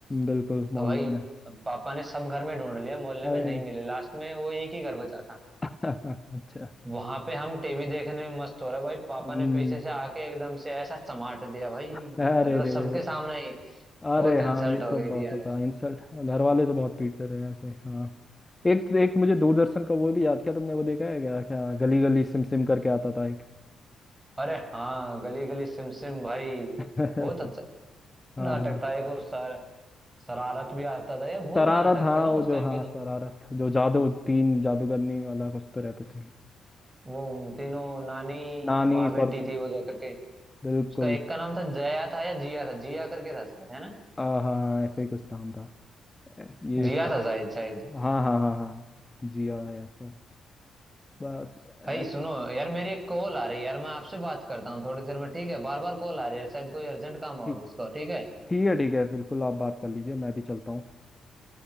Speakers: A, on the left (about 20°); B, on the right (about 25°).
A: बिल्कुल
B: तो
A: मोहल्ले
B: भाई
A: में
B: पापा ने सब घर में ढूंढ लिया मोहल्ले
A: अरे
B: में नहीं मिले लास्ट में वो एक ही घर बचा था
A: <laughs> अच्छा
B: वहां पे हम टीवी देखने में मस्त हो रहे भाई पापा
A: हम्म,
B: ने पीछे से आके एकदम से ऐसा चमाट दिया भाई
A: अरे
B: मतलब
A: रे
B: सबके
A: वो-
B: सामने ही
A: अरे
B: बहुत इंसल्ट
A: हाँ ये सब
B: हो गई
A: बहुत
B: थी यार
A: होता इंसल्ट घर वाले तो बहुत पीटते थे ऐसे हाँ एक एक मुझे दूरदर्शन का वो भी याद किया तुमने वो देखा है क्या क्या गली गली सिम सिम करके आता था एक
B: अरे हाँ गली गली सिम सिम भाई
A: <laughs>
B: बहुत अच्छा
A: हाँ
B: नाटक
A: हाँ
B: था एक वो सर शरारत भी आता था यार बहुत
A: शरारत
B: नाटक
A: हाँ
B: थे ना
A: वो
B: उस
A: जो
B: टाइम
A: हाँ
B: पे
A: शरारत
B: तो
A: जो जादू तीन जादूगरनी वाला कुछ तो रहते थे
B: वो तीनों नानी
A: नानी
B: माँ बेटी
A: परपुर
B: थी वो जा करके
A: बिल्कुल
B: उसका एक का नाम था जया था या जिया था जिया करके था शायद है ना
A: हाँ हाँ ऐसे ही कुछ नाम था ये
B: जिया
A: सब
B: था शायद शायद
A: हाँ हाँ हाँ हाँ जी हाँ ऐसा बस अ,
B: भाई सुनो यार मेरी एक कॉल आ रही है यार मैं आपसे बात करता हूँ थोड़ी देर में ठीक है बार बार कॉल आ रही है शायद कोई अर्जेंट काम होगा
A: ठीक
B: इसको ठीक है
A: ठीक है ठीक है बिल्कुल आप बात कर लीजिए मैं भी चलता हूँ